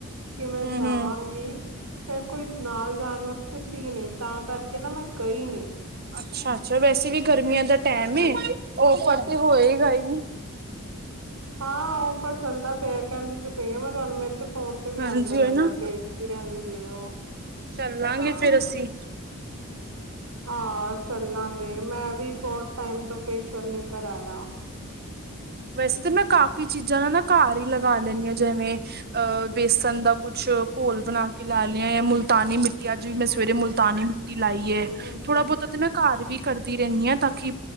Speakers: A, on the right; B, on the right.
A: ਕਿ ਮੈਂ
B: ਹੂੰ-ਹੂੰ
A: ਜਾਵਾਂਗੀ ਫੇਿਰ ਕੋਈ ਨਾਲ ਜਾਣ ਵਾਸਤੇ ਸੀ ਨਹੀਂ। ਤਾਂ ਕਰਕੇ ਨਾ ਮੈਂ ਗਈ ਨਹੀਂ।
B: ਅੱਛਾ-ਅੱਛਾ ਵੈਸੇ ਵੀ ਗਰਮੀਆਂ ਦਾ ਟੈਮ
A: ਹੂੰ
B: ਔਫਰ ਤੇ ਹੋਏਗਾ ਹੀ ਨ
A: ਹਾਂ ਔਫਰ ਚੱਲਦਾ ਪਿਆ ਕਹਿੰਦੀ ਤੇ ਪਈ ਆ। ਮੈਂ ਤੁਹਾਨੂੰ ਤੇ ਫੋਨ ਤੇ ਵੀ
B: ਹਾਂਜੀ
A: ਆਉਂਦਾ ਰਹਿੰਦਾ
B: ਉਹੀ ਨਾ
A: ਭੇਜਦੀ ਰਹਿੰਦੇ ਉਹ
B: ਚੱਲਾਂਗੇ
A: ਹਾ।
B: ਫੇਰ ਅਸੀਂ
A: ਹਾ। ਚੱਲਾਂਗੇ। ਮੈਂ ਵੀ ਸ਼ੋਰਟ ਟਾਈਮ ਤੋਂ ਫੇਸ਼ਅਲ ਨਹੀਂ ਕਰਾਇਆ।
B: ਵੈਸੇ ਤਾਂ ਮੈਂ ਕਾਫ਼ੀ ਚੀਜ਼ਾਂ ਨਾ ਘਰ ਹੀ ਲਗਾ ਲੈਂਦੀ ਹਾਂ। ਜਿਵੇਂ ਅ ਬੇਸਨ ਦਾ ਕੁਛ ਘੋਲ ਬਣਾ ਕੇ ਲਾ ਲਿਆ ਹ ਜਾਂ। ਮੁਲ ਮੁਲਤਾਨੀ ਮਿੱਟੀ ਅੱਜ ਵੀ
A: ਹਮ
B: ਮੈਂ ਸਵੇਰੇ ਮੁਲਤਾਨੀ ਮਿੱਟੀ ਲਾਈ
A: ਹਮ
B: ਏ। ਥੋੜਾ
A: ਹਮ
B: ਬਹੁਤਾ
A: ਹਮ
B: ਤੇ ਮੈਂ ਘਰ ਵੀ ਕਰਦੀ ਰਹਿੰਦੀ ਹੈ ਤਾਂ ਕੀ